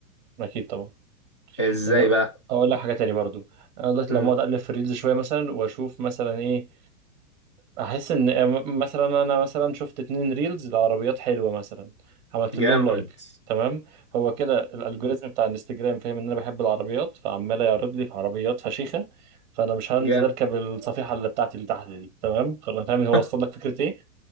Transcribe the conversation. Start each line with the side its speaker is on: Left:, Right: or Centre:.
Right: اكيد طبعا
Left: ازاي
Right: لان
Left: بقى
Right: اقول لك حاجه تاني برضو انا دلوقتي
Left: امم
Right: لما اقعد اقلب في الريلز شويه مثلا واشوف مثلا ايه احس ان مثلا انا مثلا شفت اتنين ريلز لعربيات حلوه مثلا عملت
Left: جامد
Right: لهم لايك تمام هو كده الالجوريزم بتاع الانستجرام فاهم ان انا بحب العربيات فعمال يعرض لي في عربيات فشيخه فانا مش هنزل
Left: جامد
Right: اركب الصفيحه اللي بتاعتي اللي تحت دي تمام خلاص فاهم هو
Left: <laughs>
Right: وصل لك فكره ايه